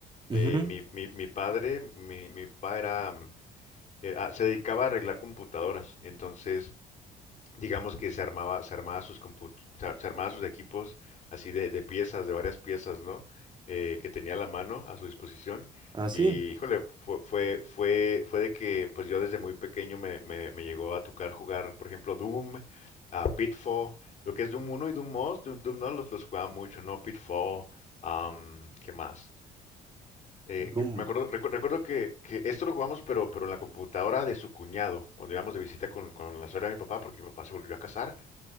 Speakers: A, on the right; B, on the left.
A: Ujú.
B: Eh, mi, mi, mi padre, mi, mi papá era, mm, era- se dedicaba a arreglar computadoras, entonces digamos que se armaba, se armaba sus compu- se ar- se armaba sus equipos así de, de piezas, de varias piezas, ¿no? Eh, que tenía a la mano a su disposición.
A: Ah, sí,
B: Y, híjole, fue, fue, fue, fue de que pues yo desde muy pequeño me, me, me llegó a tocar jugar, por ejemplo, Doom, a Pitfall, lo que es Doom uno y Doom dos Doom, Doom, no los, los jugaba mucho, ¿no? Pitfall, am, ¿qué más? Eh,
A: Doom.
B: que- me acuerdo, recu- recuerdo que, que esto lo jugamos, pero, pero en la computadora de su cuñado, cuando íbamos de visita con, con la suegra de mi papá, porque mi papá se volvió a casar